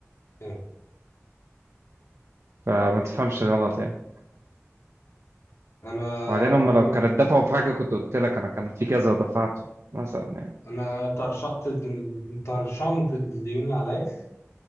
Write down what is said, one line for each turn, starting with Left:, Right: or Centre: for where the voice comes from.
Left: فاهم.
Right: فما تفهمش غلط يعني
Left: انا
Right: وبعدين
Left: برضو
Right: هم لو كانت دفعوا في حاجة كنت قلت لك أنا كان في كذا ودفعته مثلا يعني
Left: انا طرشقت الدر- طرشمت الديون اللي عليا